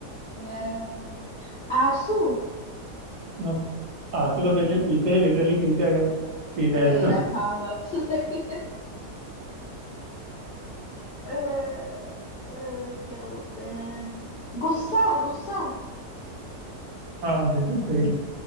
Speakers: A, on the left (about 80°); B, on the right (about 80°).
A: अ, आंसू
B: ना आंसू तो बिल्कुल पीते हैं लिटरली पीते हैं अगर पीना
A: अरे
B: है तो
A: यार हाँ बात तो सही है अ, अ, क्या बोलते हैं गुस्सा गुस्सा
B: हाँ बिल्कुल सही